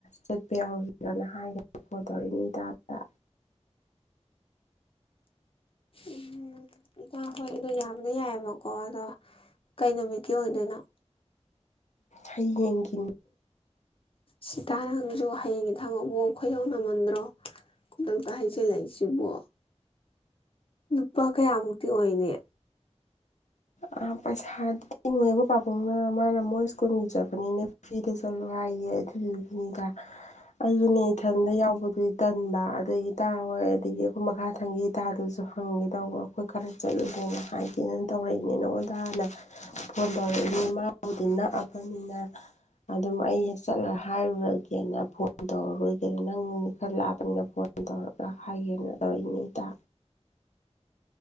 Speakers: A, on the left; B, on the left.
A: ꯆꯠꯄ ꯌꯥꯎꯔꯨꯁꯤꯔꯅ ꯍꯥꯏꯒꯅ ꯐꯣꯟ ꯇꯧꯔꯛꯏꯅꯦ ꯏꯇꯥꯗ
B: ꯎꯝ ꯏꯇꯥ ꯍꯣꯏ ꯑꯗꯨ ꯌꯥꯝꯗꯤ ꯌꯥꯏꯌꯦꯕꯀꯣ ꯑꯗꯣ ꯀꯩ ꯅꯨꯃꯤꯠꯀꯤ ꯑꯣꯏꯗꯣꯏꯅꯣ
A: ꯍꯌꯦꯡꯒꯤꯅꯨ
B: ꯁꯤꯇꯥ ꯅꯪꯖꯨ ꯍꯌꯦꯡꯒꯤ ꯊꯥꯕꯛꯕꯨ ꯑꯩꯈꯣꯏꯗꯧ ꯅꯃꯟꯗ꯭ꯔꯣ ꯈꯨꯗꯛꯇ ꯍꯩꯖꯤꯜꯂꯛꯏꯁꯤꯕꯣ ꯅꯨꯄꯥ ꯀꯌꯥꯃꯨꯛꯇꯤ ꯑꯣꯏꯅꯤ
A: ꯑꯥ ꯄꯩꯁꯥꯗꯤꯉꯣꯏꯕ ꯄꯥꯕꯨꯡꯅ ꯃꯥꯅ ꯃꯣꯏ ꯁ꯭ꯀꯨꯜꯒꯤ ꯆꯠꯄꯅꯤꯅ ꯐ꯭ꯔꯤꯗ ꯆꯠꯂꯣ ꯍꯥꯏꯌꯦ ꯑꯗꯨꯗꯨꯒꯤꯅꯤꯗ ꯑꯗꯨꯅꯦ ꯏꯊꯟꯗ ꯌꯥꯎꯕꯗꯨꯗꯤ ꯇꯟꯕ ꯑꯗꯩ ꯏꯇꯥ ꯍꯣꯏ ꯑꯗꯒꯤ ꯑꯈꯣꯏ ꯃꯈꯥꯊꯪꯒꯤ ꯏꯇꯥꯗꯨꯁꯨ ꯍꯪꯒꯦ ꯇꯧꯕ ꯑꯈꯣꯏ ꯈꯔ ꯆꯠꯂꯨꯁꯦꯅ ꯍꯥꯏꯒꯦꯅ ꯇꯧꯔꯛꯏꯅꯦ ꯅꯉꯣꯟꯗ ꯍꯥꯟꯅ ꯐꯣꯟ ꯇꯧꯔꯛꯏꯅꯤ ꯃꯥꯕꯨꯗꯤ ꯅꯛꯑꯥ ꯑꯃꯅꯤꯅꯤꯅ <unintelligible> ꯑꯗꯨꯝ ꯑꯩ ꯍꯦꯛ ꯆꯠꯂ ꯍꯥꯏꯔꯨꯔꯒ ꯅ ꯐꯣꯟ ꯇꯧꯔꯔꯣꯏꯒꯦ ꯅꯪ ꯈꯔ ꯂꯥꯄꯄꯅꯤꯅ ꯐꯣꯟ ꯇꯧꯔꯒ ꯍꯥꯏꯒꯦꯅ ꯇꯧꯔꯛꯏꯅꯦ ꯏꯇꯥ